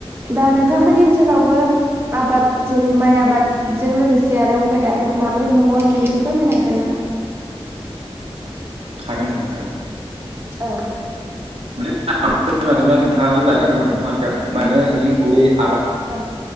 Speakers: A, on the right; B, on the right.
A: दा नोंथांमोननि ओनसोलावबो आबाद जेरै माइ आबाद बाद जों लोगोसे आरो उ फेरा आबाद माबोरै म मावनाय जायो एसे फोरमायनो हागोन नामा?
B: हागोन नोंथां हागोन।
A: औ।
B: माने मानोबा नोंथाङा दानि मानो मानो नोंनि गयै आबाद
A: औ